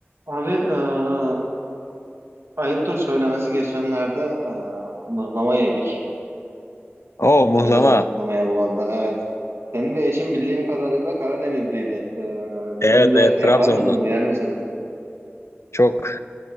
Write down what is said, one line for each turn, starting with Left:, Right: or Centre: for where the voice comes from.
Right: Abi eee ayıptır söylemesi geçenlerde eee mıhlama yedik.
Left: O muhlama,
Right: Bayılırım mıhlamaya bu arada. Evet. Senin de eşin bildiğim kadarıyla Karadenizliydi. Eee,
Left: Evet,
Right: siz de
Left: evet
Right: yapar
Left: Trabzon'da.
Right: mısınız, yer misiniz?
Left: Çok.